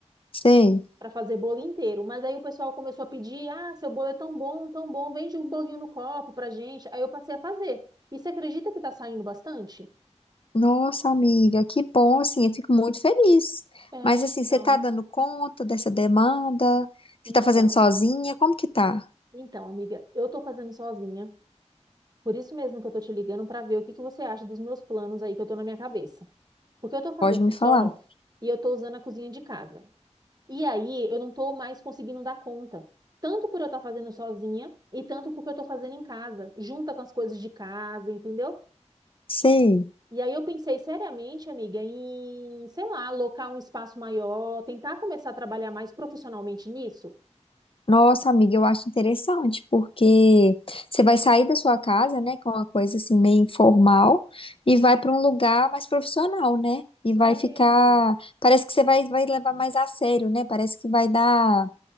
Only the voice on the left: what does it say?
Sei.
Nossa, amiga, que bom, assim, eu fico muito feliz.
Mas,
assim, você tá dando conta dessa demanda? Você
tá fazendo sozinha? Como que tá?
Pode me
falar?
Sei.
Nossa, amiga, eu acho interessante, porque você vai sair da sua casa, né, com uma coisa assim meio informal e vai para um lugar mais profissional, né? E vai
ficar,
parece que você vai, vai levar mais a sério, né? Parece que vai dar,